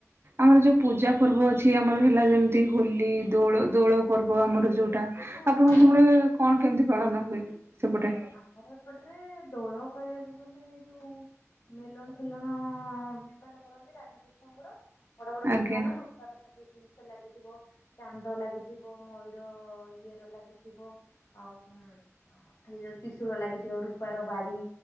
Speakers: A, on the right (about 50°); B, on the left (about 65°).
A: ଆମର ଯୋଉ ପୂଜା ପର୍ବ ଅଛି ଆମର ହେଲା ଯେମିତି ହୋଲି, ଦୋଳ ଦୋଳ ପର୍ବ ଆମର ଯୋଉଟା ଆପଣଙ୍କ
B: ଓହୋ
A: ସେପଟେ କଣ କେମିତି ପାଳନ ହୁଏ ସେପଟେ?
B: ଆମର ଏପଟରେ ଦୋଳ କହିବାକୁ ଗଲେ ଯୋଉ ମେଲଣ ଫେଲଣ ବିବାହ କରନ୍ତି ରାଧାକୃଷ୍ଣଙ୍କର ବଡ ବଡ
A: ଆଜ୍ଞା
B: ବିମାନରେ ରୂପାର ସବୁ ଜିନିଷ ଲାଗିଥିବ ଚାନ୍ଦ ଲାଗିଥିବ ମୟୂର ଇଏରେ ଲାଗିଥିବ ଆଉଁ ସେ ଯୋଉ ତ୍ରିଶୂଳ ଲାଗିଥିବ ରୂପାର ବାଡି